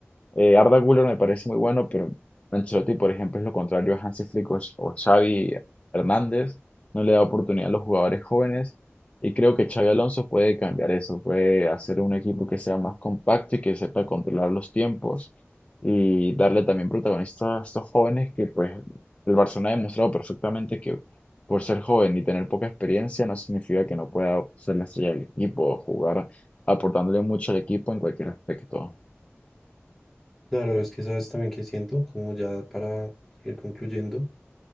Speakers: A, on the left; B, in the centre.
A: Eh, Arda Güler me parece muy bueno, pero Ancelotti, por ejemplo, es lo contrario a Hansi Flick o, o Xavi Hernández. No le da oportunidad a los jugadores jóvenes. Y creo que Xavi Alonso puede cambiar eso, puede hacer un equipo que sea más compacto y que sepa controlar los tiempos y darle también protagonista a estos jóvenes que pues el Barcelona ha demostrado perfectamente que por ser joven y tener poca experiencia no significa que no pueda ser la estrella del equipo o jugar aportándole mucho al equipo en cualquier aspecto.
B: claro, es que sabes también que siento, como ya para ir concluyendo.